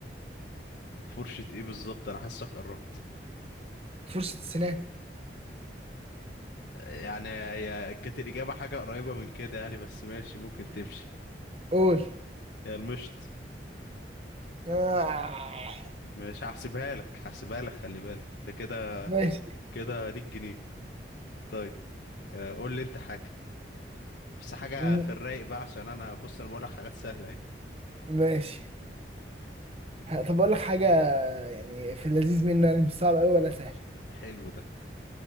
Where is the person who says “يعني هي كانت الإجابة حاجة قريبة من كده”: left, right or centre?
Left